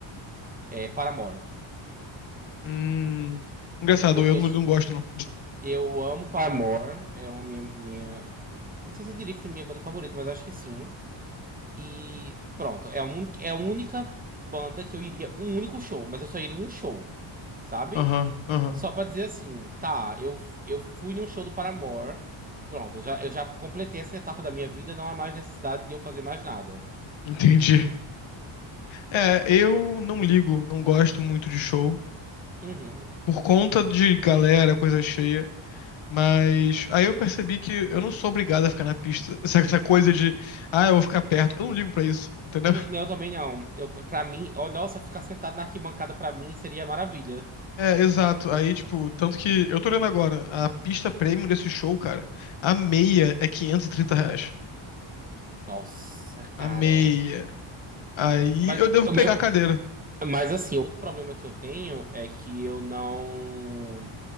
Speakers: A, on the right (about 15°); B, on the left (about 70°).
A: é Paramore.
B: Hum. Engraçado,
A: Porque
B: eu não,
A: eu, s-
B: não gosto, não.
A: eu amo Paramore. É uma minha, minha. Não sei se eu diria que é minha banda favorita, mas acho que sim. E pronto, é a, un... é a única banda que eu iria. Um único show, mas eu só iria em um show, sabe?
B: Aham, aham.
A: Só pra dizer assim, tá, eu, eu fui num show do Paramore. Pronto, eu já, eu já completei essa etapa da minha vida, não há mais necessidade de eu fazer mais nada.
B: Entendi. É, eu não ligo, não gosto muito de show.
A: Uhum.
B: Por conta de galera, coisa cheia. Mas aí eu percebi que eu não sou obrigado a ficar na pista. <laughs> Essa, essa coisa de, ah, eu vou ficar perto. Eu não ligo pra isso, entendeu?
A: Hum,
B: <laughs>
A: eu também não. Eu, pra mim, oh, nossa, ficar sentado na arquibancada pra mim seria maravilha.
B: É, exato. Aí, tipo, tanto que eu tô olhando agora, a pista premium desse show, cara, a meia é 530 reais.
A: Nossa, cara.
B: A meia. Aí
A: Mas
B: eu devo
A: o
B: pegar
A: meu,
B: a cadeira.
A: mas assim, outro problema que eu tenho é que eu não,